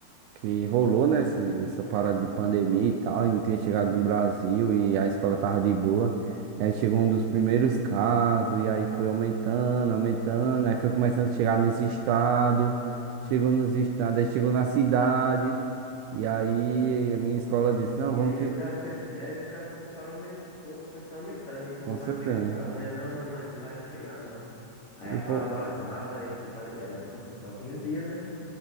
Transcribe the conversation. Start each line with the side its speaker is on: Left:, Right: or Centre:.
Right: que rolou, né? esse- essa parada de pandemia e tal, e não tinha chegado no Brasil e a escola tava de boa. E aí chegou um dos primeiros casos, e aí foi aumentando, aumentando, aí foi começando a chegar nos estados, chegou nos estados, aí chegou na cidade, e aí a minha escola disse,
Left: Sim,
Right: não, vamos
Left: aí
Right: ficar,
Left: o caso fez... e aí os casos foi só aument... foi, foi só aumentando e o povo
Right: com certeza.
Left: não acreditava,
Right: né?
Left: né? Não, não, aqui não vai chegar, não. Aí
Right: E
Left: parou
Right: pô,
Left: as aulas, aí, tipo, era tipo assim, só 15 dias, né?